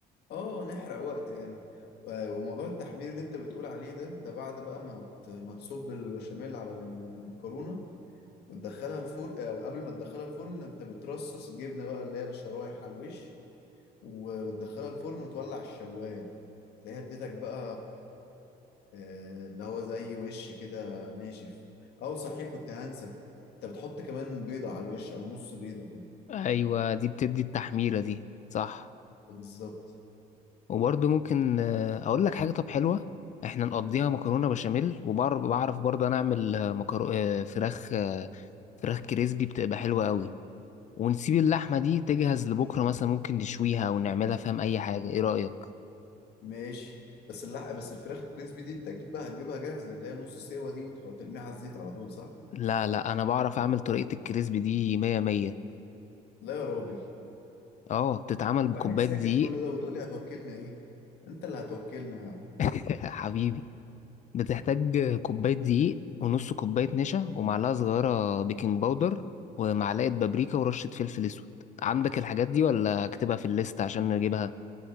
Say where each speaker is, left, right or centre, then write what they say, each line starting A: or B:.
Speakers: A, on the left; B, on the left.
A: اه نحرق وقت يعني آه، وموضوع التحمير اللي انت بتقول عليه ده ده بعد بقى ما ت- ما تصب البشاميل على المكرونه وتدخلها الفرن او قبل ما تدخلها الفرن انت بترصص جبنه بقى اللي هي الشرايح على الوش وتدخلها الفرن وتولع الشوايه تلاقيها اديتك بقى آه، اللي هو زي وش كده ناشف او صحيح كنت هنسى انت بتحط كمان بيضة على الوش او نص بيضة كده
B: ايوه دي بتدي التحميرة دي صح
A: بالظبط
B: وبرضو ممكن آه، اقول لك حاجة طب حلوة احنا نقضيها مكرونة بشاميل وبعرف بعرف برضه انا اعمل مكرو... آه، فراخ فراخ كريسبي بتبقى حلوة قوي ونسيب اللحمة دي تجهز لبكرة مثلا ممكن نشويها أو نعملها فاهم أي حاجة إيه رأيك؟
A: ماشي بس اللحق بس الفراخ الكريسبي دي انت اكيد بقى هتجيبها جاهزة اللي هي نص سوا دي وتحط ترميها على الزيت على طول صح
B: لا لا أنا بعرف أعمل طريقة الكريسبي دي مية مية
A: لا يا راجل
B: أه بتتعمل بكوباية
A: واحد ساكت
B: دقيق
A: كل ده وتقول لي هتوكلنا ايه انت اللي هتوكلنا يا عم
B: <laughs> حبيبي بتحتاج كوباية دقيق ونص كوباية نشا ومعلقة صغيرة بيكنج باودر ومعلقة بابريكا ورشة فلفل أسود عندك الحاجات دي ولا أكتبها في الليست عشان نجيبها